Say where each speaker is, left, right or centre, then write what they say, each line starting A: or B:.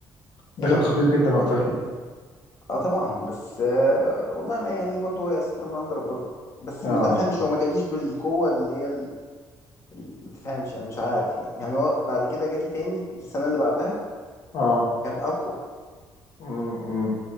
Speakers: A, on the left (about 75°); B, on the left (about 40°).
A: ده
B: إيه؟
A: كان خطير جدا وقتها
B: أه طبعا بس آه والله ما يعني برضه هي ستر من عند ربنا بس
A: اه
B: ما تفهمش هو ما جاليش بالقوة اللي هي ال- ال- ما تفهمش أنا مش عارف يعني يعني هو بعد كده جالي تاني السنة اللي بعدها
A: اه
B: كان أقوى
A: مم، مم.